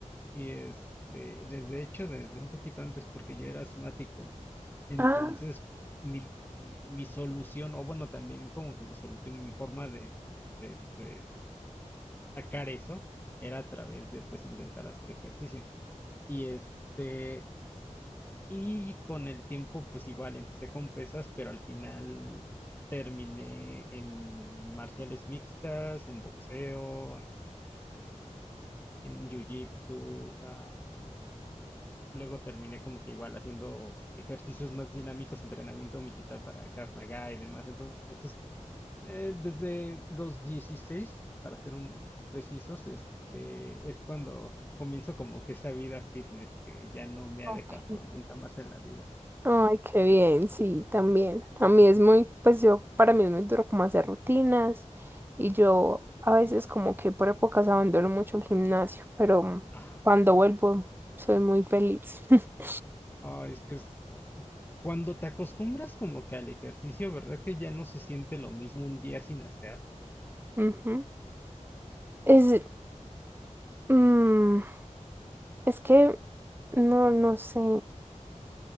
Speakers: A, on the left (about 15°); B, on the right (about 15°).
A: y este, desde hecho, desde un poquito antes, porque yo era asmático. Entonces,
B: Ah,
A: mi, mi solución, o bueno, también como que mi solución y mi forma de, de, de sacar eso era a través de pues intentar hacer ejercicio. Y este, y con el tiempo pues igual empecé con pesas, pero al final terminé en marciales mixtas, en boxeo, en, este, en jiu-jitsu. ah, luego terminé como que igual haciendo ejercicios más dinámicos, entrenamiento militar para Krav Maga y demás. Entonces eh, desde los 16, para ser un precisos, este, es cuando comienzo como que esa vida fitness que ya no me
B: ok.
A: ha dejado nunca más en la vida.
B: Ay, qué bien, sí, también. A mí es muy, pues yo, para mí es muy duro como hacer rutinas y yo a veces como que por épocas abandono mucho el gimnasio, pero
A: Ah,
B: cuando vuelvo soy muy feliz. <laughs>
A: Ah, es que es, eh, cuando te acostumbras como que al ejercicio, ¿verdad que ya no se siente lo mismo un día sin hacer?
B: Ujú. Es, mm, es que, no, no sé.